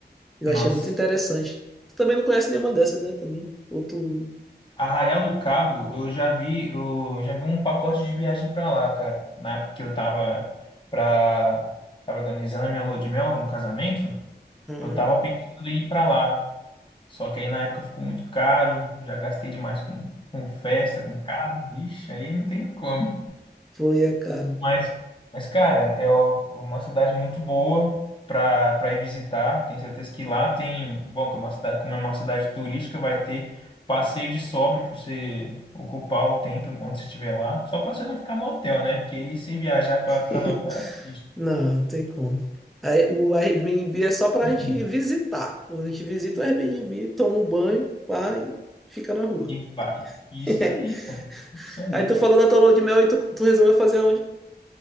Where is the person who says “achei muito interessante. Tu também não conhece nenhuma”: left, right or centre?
Centre